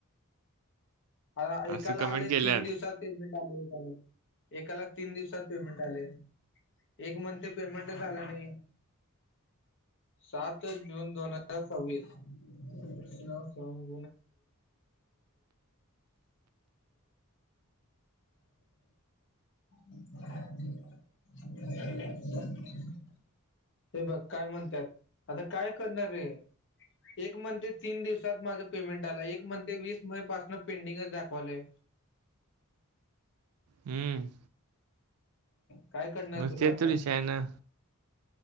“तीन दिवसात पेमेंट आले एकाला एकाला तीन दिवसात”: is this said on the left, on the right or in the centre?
Left